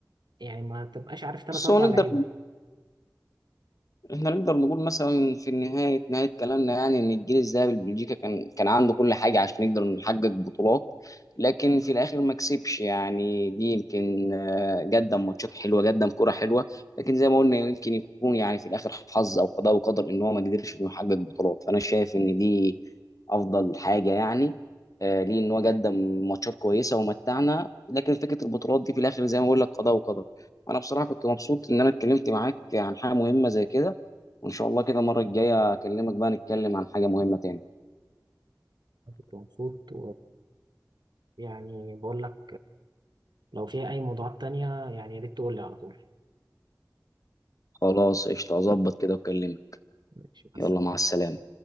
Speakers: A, on the right; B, on the left.
A: يعني ما تبقاش عارف ثلاث
B: بس
A: اربع
B: هو نقدر
A: لعيبه
B: احنا نقدر نقول مثلا في نهاية نهاية كلامنا يعني ان الجيل الذهبي لبلجيكا كان كان عنده كل حاجة عشان يقدر نحقق بطولات لكن في الاخر ما كسبش يعني دي يمكن آه، قدم ماتشات حلوة قدم كرة حلوة لكن زي ما قلنا يمكن يكون يعني في الاخر حظ او قضاء وقدر ان هو ما قدرش انه يحقق بطولات فانا شايف ان دي افضل حاجه يعني آه، ليه ان هو قدم ماتشات كويسه ومتعنا لكن فكره البطولات دي في الاخر زي ما بقول لك قضاء وقدر انا بصراحه كنت مبسوط ان انا اتكلمت معاك عن حاجه مهمه زي كده وان شاء الله كده المره الجايه اكلمك بقى نتكلم عن حاجه مهمه تاني
A: أنا كنت مبسوط ويعني بقول لك لو فيها اي موضوعات تانية يعني يا ريت تقول لي على طول
B: خلاص قشطه اظبط كده واكلمك
A: ماشي مع
B: يلا
A: السلامه
B: مع السلامه